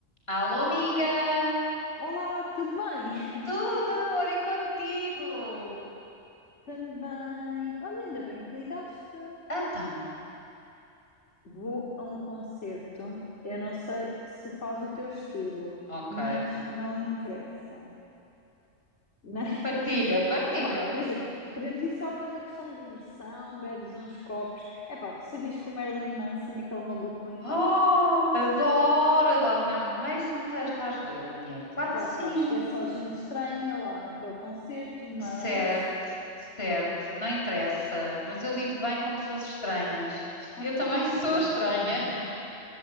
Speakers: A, on the left; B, on the left.
A: Alô, amiga!
B: Olá, tudo bem?
A: Tudo amor e contigo!
B: <laughs> Também. Olha, ainda bem que ligaste.
A: Então,
B: Vou a um concerto. Eu não sei se faz o teu estilo,
A: ok.
B: mas não interessa. Na-
A: Partilha, partilha.
B: É <laughs> imagina, podemos ir só pela questão da diversão, bebes uns copos. É pá, tu sabias que o Marilyn Manson, aquele maluco, vem cá.
A: Oh, adoro, adoro Marilyn Manson. Tu Estás doida, mulher? Claro
B: Já
A: que
B: sabes
A: sim.
B: que é só gente estranha lá naquele concerto, mas.
A: Certo, certo. Não interessa. Mas eu lido bem com pessoas estranhas. <laughs>
B: Ah,
A: Eu também
B: pronto.
A: sou estranha.
B: <laughs>